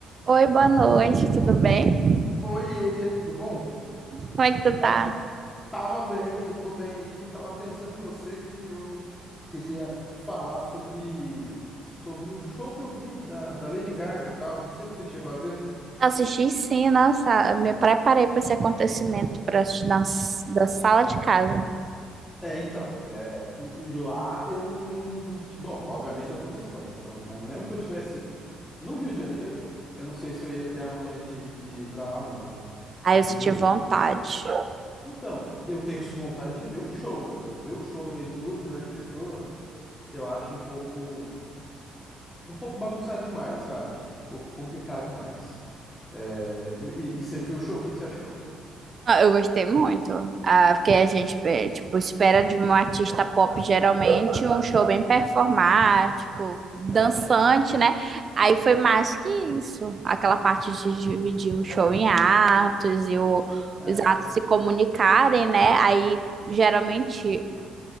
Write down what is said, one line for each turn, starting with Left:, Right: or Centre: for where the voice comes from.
Right: Oi, boa noite, tudo bem?
Left: Oiê, tudo bom?
Right: Como é que tu
Left: Eu tava,
Right: tá?
Left: tava bem, tô bem aqui, tava pensando em você que eu queria falar sobre, sobre o show que eu vi da, da Lady Gaga, tal, não sei se você chegou a ver.
Right: Assisti sim, nossa, me preparei para esse acontecimento para assistir na, s- da sala de casa.
Left: É, então, é, e, e lá eu não, não... ti- Bom, obviamente eu tô na Espanha, então, mas mesmo que eu tivesse no Rio de Janeiro, eu não sei se eu ia ter a manha de, de ir pra lá não, viu?
Right: Aí
Left: É muito...
Right: eu senti vontade.
Left: Então, eu tenho vontade de ver o show, mas ver o show no meio de 2 milhões de pessoas, eu acho um pouco... um pouco bagunçado demais, sabe? Um pouco complicado demais. É, e, e você viu o show? O que que você achou?
Right: Ah, Eu gostei muito, ah, porque a gente, eh, tipo, espera de um artista pop geralmente um show bem performático, dançante,
Left: É,
Right: né? Aí foi mais que isso, aquela parte de dividir o show em atos e o-
Left: é.
Right: os atos se comunicarem, né? Aí geralmente